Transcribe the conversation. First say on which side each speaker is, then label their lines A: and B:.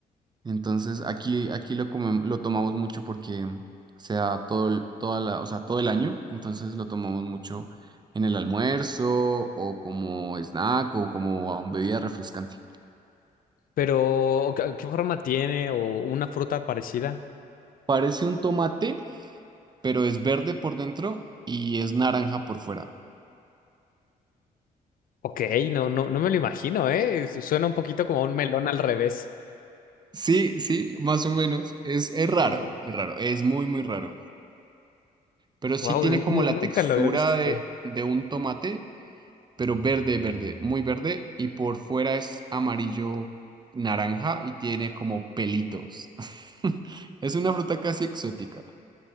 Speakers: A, on the right; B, on the left.
A: Entonces aquí, aquí lo comem- lo tomamos mucho porque sea todo el, toda la, o sea, todo el año. Entonces lo tomamos mucho en el almuerzo o como snack o como ah, bebida refrescante.
B: Pero, ¿qué qué forma tiene? ¿O una fruta parecida?
A: Parece un tomate, pero es verde por dentro y es naranja por fuera.
B: Ok, no, no, no me lo imagino, ¿eh? Su- Suena un poquito como un melón al revés.
A: Sí, sí, más o menos. Es, es raro,
B: Como,
A: es raro, es muy, muy raro. Pero sí
B: wow,
A: tiene
B: nunca
A: como la textura
B: lo había visto.
A: de, de un tomate, pero verde, verde, muy verde. Y por fuera es amarillo naranja y tiene como pelitos. <laughs> Es una fruta casi exótica.